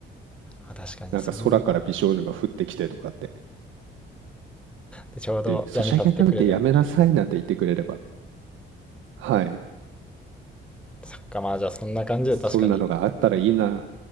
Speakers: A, in the centre; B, on the right.
A: まあ確かにそういう。
B: なんか空から美少女が降ってきてとかって。
A: で、ちょうどやめさせてくれるみたいな。
B: で、ソシャゲなんてやめなさいなんて言ってくれれば、はい、
A: そっか、まあじゃあそんな感じで確かに
B: そんなのがあったらいいな